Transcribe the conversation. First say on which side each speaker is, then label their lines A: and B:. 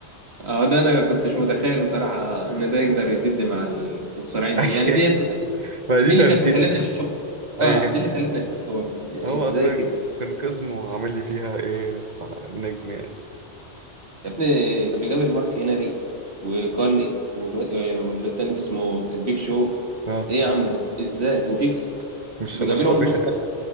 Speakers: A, on the right (about 65°); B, on the right (about 40°).
A: اه ده انا كنتش متخيل بصراحه ان ده يقدر يسد مع المصارعين
B: <laughs> أي-
A: دي يعني ديت
B: ما
A: دي
B: دي تمثيلة
A: اللي كانت مخلينا
B: بقى
A: اه
B: أيوه
A: دي اللي خلتني اشوف ده برضه يعني
B: هو
A: ازاي
B: أصلا
A: كده
B: كان كاظمو عامل لي فيها إيه نجم يعني
A: يا ابني كان بيقابل مارك هنري وكارلي والو- آه، واللي التاني اسمه البيك شو
B: أه
A: ايه يا عم ده ازاي وبيكسب
B: مش
A: وبيقابلهم
B: مش طبيعي
A: مثلا